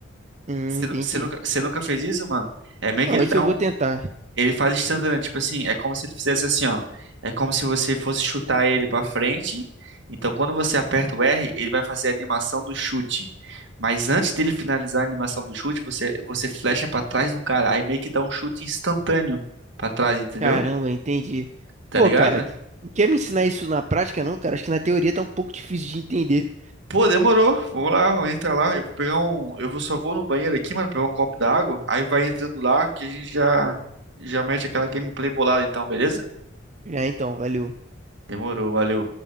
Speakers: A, on the right; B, on the right.
A: hum,
B: Você,
A: entendi.
B: nu- você nunca, você nunca fez isso, mano? É meio
A: Não,
B: que ele
A: isso
B: dá
A: eu
B: um.
A: vou tentar.
B: Ele faz instantâneo, tipo assim, é como se ele fizesse assim, ó. É como se você fosse chutar ele pra frente. Então, quando você aperta o R, ele vai fazer a animação do chute. Mas antes dele finalizar a animação do chute, você, você flecha pra trás do cara. Aí meio que dá um chute instantâneo pra trás, entendeu?
A: Caramba, entendi.
B: Tá
A: Pô,
B: ligado?
A: cara, que- quer me ensinar isso na prática, não, cara? Acho que na teoria tá um pouco difícil de entender.
B: Pô, demorou. Vamos lá, vamos entrar lá. Eu vou pegar um. Eu vou só vou no banheiro aqui, mano, pegar um copo d'água. Aí vai entrando lá que a gente já já mete aquela gameplay bolada então, beleza?
A: Já então, valeu.
B: Demorou, valeu.